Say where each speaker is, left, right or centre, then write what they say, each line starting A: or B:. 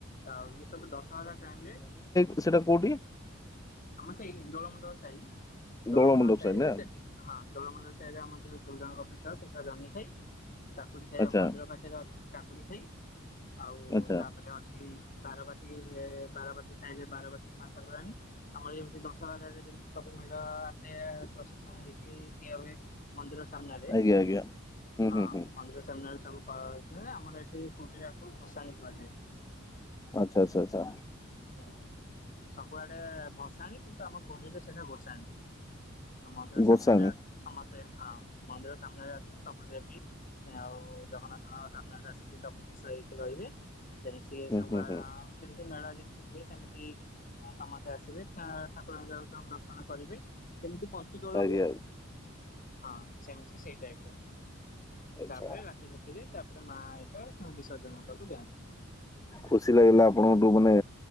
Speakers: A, on the left; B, on the left.
A: ଆଉ ଇଏ ସବୁ ଦଶମ ହେ ଟାଇମ ରେ।
B: ସେଇଟା କୋଉଠି?
A: ଆମ ସେଇଠ ଦୋଳମୁଣ୍ଡ ସାହି ଦୋଳମୁଣ୍ଡ
B: ଦୋଳ ମଣ୍ଡପ
A: ସାହିରେ
B: ସାଇଡ୍ ନା
A: ସେଠି ହଁ ଦଳମାଣ୍ଡା ସାଇଡରେ ଆର ଯଉ ଦୁର୍ଗା କପି ଟା ସେଟା ଜି ଖାଇ। କାକୁଡି ଖାଇବା
B: ଆଚ୍ଛା
A: ମନ୍ଦିର ପାଖରେ ଅଛନ୍ତି କାକୁଡି ଖାଇ। ଆଉ
B: ଆଚ୍ଛା
A: ତାପରେ ଅଛି ବାରବାଟୀ ବାରବାଟୀ ସାହି ବାରବାଟୀ ମାଲଠାକୁରାଣୀ। ଆମର ଯେମିତି ଦଶହରରେ ଯେମିତି ସବୁ ମେଢ଼ ଆସେ ପ୍ରଶାସନ ହେଇକି ଏ ହୁଏ। ମନ୍ଦିର ସାମ୍ନାରେ
B: ଆଜ୍ଞା ଆଜ୍ଞା ହୁଁ
A: ହଁ
B: ହୁଁ ହୁଁ।
A: ମନ୍ଦିର ସାମ୍ନାରେ ସବୁ ଆମର ଏଠି ପୁରୀରେକୁ ଦର୍ଶାଣି କହାଯାଏ।
B: ଆଛା ଆଚ୍ଛା ଆଛା।
A: ହ ସବୁଆଡେ ଭସାଣି କିନ୍ତୁ ଆମ ପରିବେଶଠରେ ଭସାଣି। ମନ୍ଦିର
B: ଗୋସାଣୀ
A: ସାମ୍ନାରେ ଆସିକି ସମସ୍ତେ ହଁ ମନ୍ଦିର ସାମ୍ନାରେ ଆସିକି ସବୁ ଦେବୀ ଆଉ ଜଗନ୍ନାଥଙ୍କ ସାମ୍ନାରେ ଆସିକି ସବୁ କିଷ ହେଇଠି ରହିବେ। ସେ
B: ହୁଁ
A: ସବୁ
B: ହୁଁ
A: ଆ
B: ହୁଁ
A: ମେଳରେ ହୁଏ ସେମିତି ସମସ୍ତେ ଆସିବେ ଠାକୁରଙ୍କ ଯା ସବୁ ଦର୍ଶନ କରିବେ। ଯେମିତି ପଞ୍ଚୁ ଦୋଳ
B: ଆଜ୍ଞା
A: ହୁଏ ହଁ ସେମିତି ସେଇ ଟାଇପ ର।
B: ଆଚ୍ଛା।
A: ତାପରେ ରାତି ରାତିରେ ତାପରେ ମା ଏକା ବିସର୍ଜନ ହବାକୁ ଯାନ୍ତି।
B: ଖୁସି ଲାଗିଲା ଆପଣଙ୍କଠୁ ମାନେ